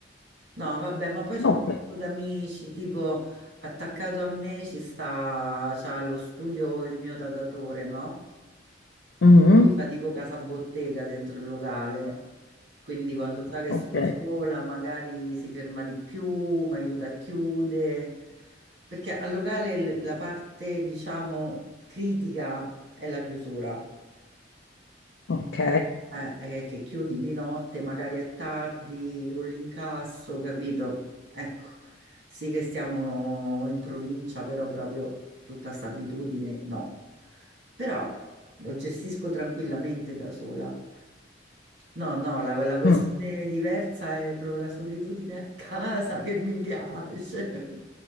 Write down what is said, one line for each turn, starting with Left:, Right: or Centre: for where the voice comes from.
Right: No, vabbè, ma poi c'è
Left: ok.
Right: un sacco d'amici, tipo attaccato a me ci sta, c'ha lo studio il mio datatore, no?
Left: Mm.
Right: Che lui fa tipo casa bottega dentro il locale, quindi quando sa che
Left: Ok,
Right: sto sola magari si ferma di più, mi aiuta a chiudere, perché al locale l- la parte, diciamo, critica è la chiusura.
Left: ok.
Right: Eh, eh, che chiudi di notte, magari è tardi con l'incasso, capito? Ecco, sì che stiamo in provincia, però proprio tutta sta abitudine, no. Però lo gestisco tranquillamente da sola. No, no, la, la questione
Left: Mm.
Right: diversa è proprio la solitudine a casa che mi piace.